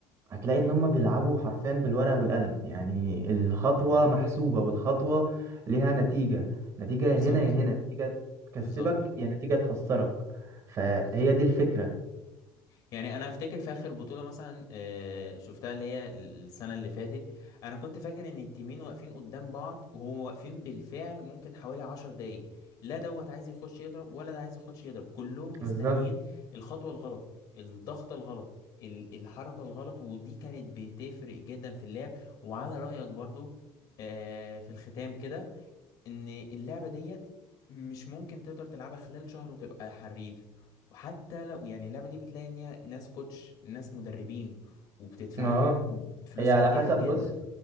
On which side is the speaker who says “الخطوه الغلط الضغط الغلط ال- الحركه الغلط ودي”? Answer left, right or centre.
Left